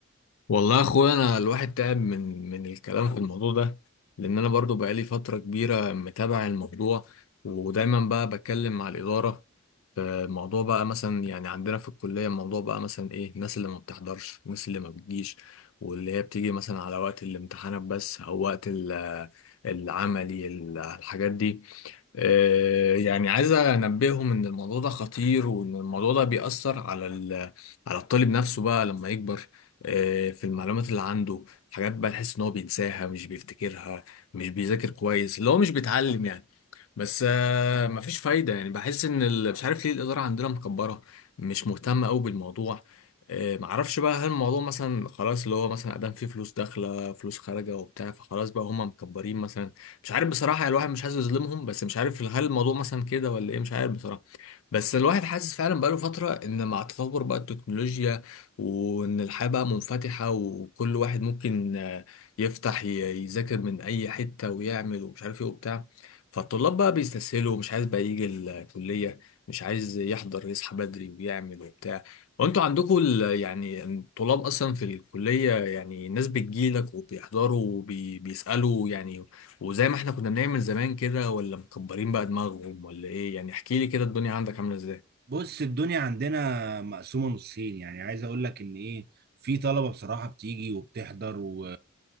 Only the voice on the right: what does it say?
بص الدنيا عندنا مقسومة نصين يعني عايز اقول لك ان ايه في طلبة بصراحة بتيجي وبتحضر و...